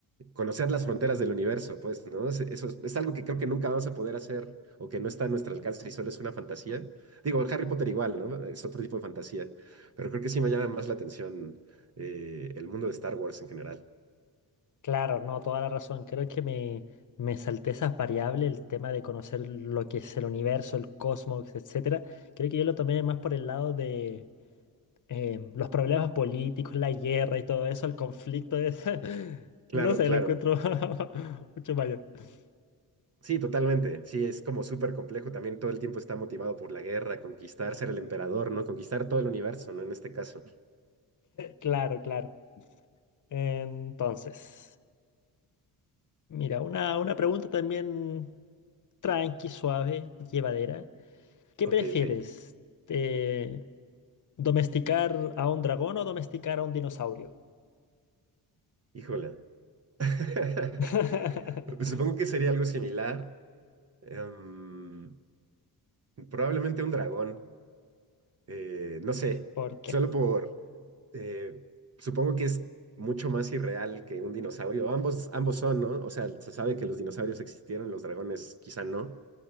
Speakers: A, on the right; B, on the left.
A: conocer las fronteras del universo, pues, ¿no? Es- Eso es, es algo que creo que nunca vamos a poder hacer o que no está a nuestro alcance y solo es una fantasía. Digo, Harry Potter igual, ¿no? Es otro tipo de fantasía, pero creo que sí me llama más la atención eh, el mundo de Star Wars en general.
B: claro, no, toda la razón. Creo que me, me salté esas variables, el tema de conocer lo que es el universo, el cosmos, etcétera. Creo que yo lo tomé más por el lado de eh, los problemas políticos, la guerra y todo eso, el conflicto es, <laughs> no
A: Claro,
B: sé,
A: claro.
B: lo encuentro <laughs> mucho mayor. <laughs>
A: Sí, totalmente. Sí, es como súper complejo. También todo el tiempo está motivado por la guerra, conquistar, ser el emperador, ¿no? Conquistar todo el universo, ¿no? En este caso.
B: Claro, claro. Entonces, mira, una, una pregunta también tranqui, suave, llevadera. ¿Qué
A: Ok,
B: prefieres?
A: ok.
B: Eh, ¿domesticar a un dragón o domesticar a un dinosaurio?
A: Híjola. <laughs>
B: <laughs>
A: Supongo que sería algo similar. Em, probablemente un dragón. Eh, no sé.
B: ¿Por qué?
A: Solo por... eh, supongo que es mucho más irreal que un dinosaurio. Ambos, ambos son, ¿no? O sea, se sabe que los dinosaurios existieron, los dragones quizá no.